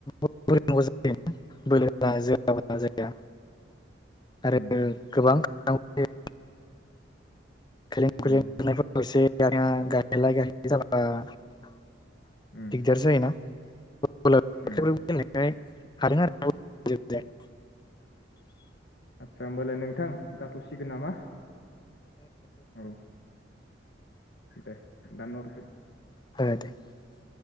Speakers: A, on the left; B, on the left.
A: बोलो नांगौ जायो बोलो होना जोआबा जाया आरो
B: उम
A: गोबां औे खायलें खुयलें
B: उम
A: खारनायफोराव एसे <unintelligible>
B: उम
A: दिगदार जायोना <unintelligible>
B: उम
A: हादों आरो ना
B: आदसा होमबालाय नोंथां थ'सिगोन नामा औ दे दे दनना हरदो
A: <unintelligible>